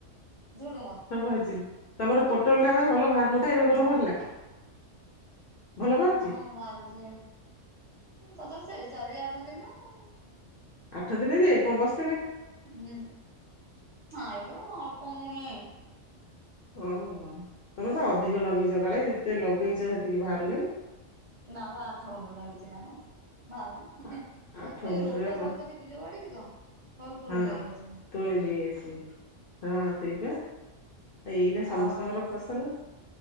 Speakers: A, on the right; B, on the left.
A: ଝୁଡୁଙ୍ଗ।
B: ସବୁ ଅଛି। ତମର ପୋଟଳ ଟା ବା ଭଲ ବାହାରୁ ନଥିଲା ଏବେ
A: ହଁ
B: ଭଲ ବାହାରିଲା। ଭଲ ବାହାରିଛି?
A: ହଁ ବାହାରୁଚି। ତଥାବି ସେଇ ଚାରି ଆଠ ଦିନେ ଆଉ।
B: ଆଠ ଦିନେ ଯେ କଣ ବସ
A: ହୁଁ ଆଇଲୁ ଅଳ୍ପ ମୁଣିି
B: ଓହୋ। ତମର ତ ଅଧିକ ଲଗେଇଛ କାଳେ ଯେତେ ଲଗେଇଚ ସେତିକି ବାହାରୁନି।
A: ନାବବା ଆଠ ଗୁଣ୍ଠୁ ଲାଗିଛି ନା କଣ ବାହାରୁନି।
B: ଆ-
A: ଏ
B: ଆଠ ଗୁଣ୍ଠରେ
A: ଲୋକ
B: ବା
A: ଯାଉଛନ୍ତି ବିଲ ବାଡି କୁ ତ ସବୁ ତୋଳି
B: ହଁ
A: ନେଇ ଯାଉଛନ୍ତି।
B: ତୋଳି ନେଇ ଆସିବେ। ହଁ ସେଇ ପା। ଏଇନା ସମସ୍ତଙ୍କର
A: ଆଉ
B: ଫସଲ।